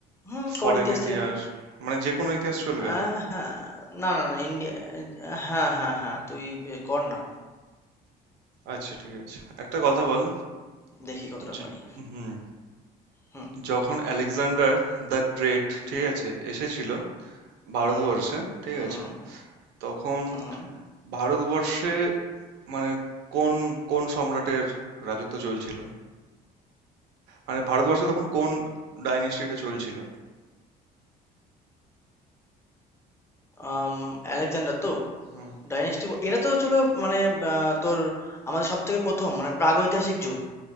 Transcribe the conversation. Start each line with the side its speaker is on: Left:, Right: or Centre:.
Left: হুম
Right: ফরেন
Left: কর ইতিহাস
Right: ইতিহাস
Left: থেকে কর
Right: মানে যে কোনো ইতিহাস চলবে
Left: আহ, হ্যাঁ না না না ইন্ডিয়া হ্যাঁ হ্যাঁ হ্যাঁ তুই বে- কর না
Right: আচ্ছা ঠিক আছে একটা কথা বল
Left: দেখি কতটা
Right: য-
Left: পারি
Right: হুম
Left: হুম
Right: যখন আলেকজান্ডার দ্য গ্রেট ঠিক আছে এসেছিল ভারতবর্ষে
Left: হুম
Right: ঠিক
Left: হুম
Right: আছে তখন
Left: হুম হুম
Right: ভারতবর্ষে মানে কোন কোন সম্রাটের রাজত্ব চলছিল মানে ভারতবর্ষে তখন কোন ডাইনেস্টিটা চলছিল
Left: আম, আলেকজান্ডার তো
Right: হুম
Left: ডাইনেস্টি এটা তো চলো মানে আহ, তোর আমাদের সব থেকে প্রথম মানে প্রাগৈতিহাসিক যুগ